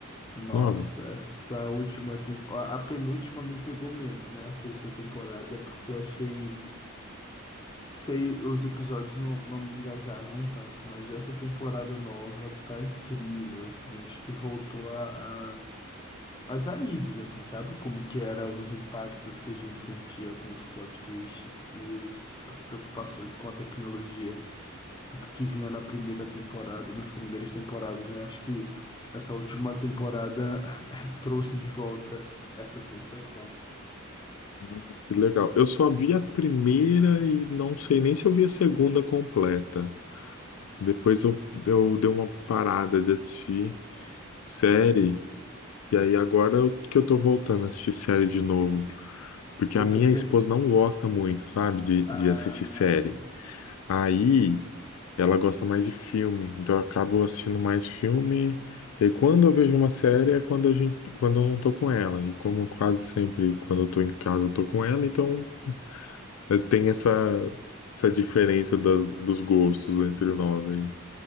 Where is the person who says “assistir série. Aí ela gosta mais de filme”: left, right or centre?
Left